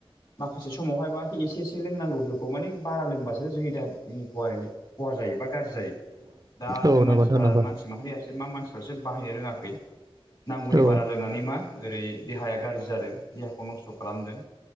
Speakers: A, on the left (about 50°); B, on the right (about 35°).
A: माखासे समावहाय माथो एसे एसे लोंनांगौ जौखौ मानि बारा लोंबासो जोंनि देहा <unintelligible> खहा जायो बा गाज्रि जायो दा
B: औ
A: जों
B: नंगौ
A: मानसिफ्रा
B: नोंथां नंगौ
A: मानसि माहारियासो मा मानसि फ्रासो बाहायनो रोङाखै नांगौनि
B: औ
A: बारा लोंनानै मा ओरै देहाया गाज्रि जादों देहाखौ नस्थ' खालामदों।